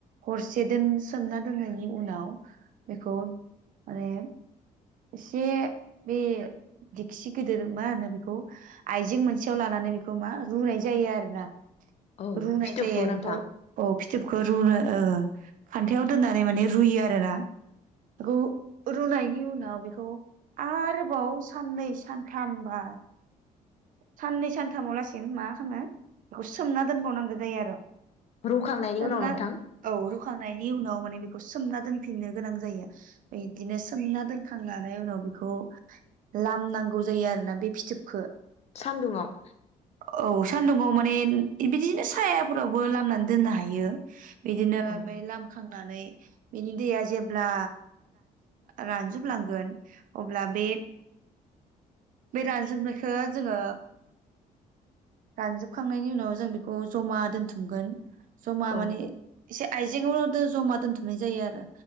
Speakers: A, on the right (about 65°); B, on the left (about 45°).
A: हरसे दोन सोमना दोननायनि उनाव बेखौ माने एसे बे दिखसि गिदिर मा होनो बेखौ आइजें मोनसेयाव लानानै बेखौ मा रुनाय जायो आरो ना।
B: औ
A: रुनाय
B: फिथोबखौ
A: जायो
B: नोंथां
A: बेखौ फिथोबखौ रुनो खान्थायाव दोननानै माने रुयो आरो ना। औ रुनाय नि उनाव बेखौ आरोबाव साननै सानथामबा साननै सानथामावलासिम मा खालामो बेखौ सोमना दोनबावनांगौ जायो आरो।
B: रुखांनायनि
A: सोमना
B: उनाव नोंथां
A: औ रुखांनायनि उनाव माने बेखौ सोमना दोनफिननो गोनां जायो। बिदिनो सोमना दोनखां लानानै उनाव बेखौ लामनांगौ जायो आरोना बे फिथोबखौ
B: सान्दुङाव।
A: औ सान्दुंङाव माने बिदिनो सायाफोरावबो लामनानै दोननो हायो। बिदिनो
B: औ
A: ओमफ्राय लामखां बिनि दैया जेब्ला रानजोबलांगोन अब्ला बे बे रानजोबनायखौ जोङो रानजोबखांनायनि उनाव जों बेखौ जमा दोनथुमगोन। जमा
B: औ
A: माने एसे आइजेंआव जमा दोनथुमनाय जायो आरो।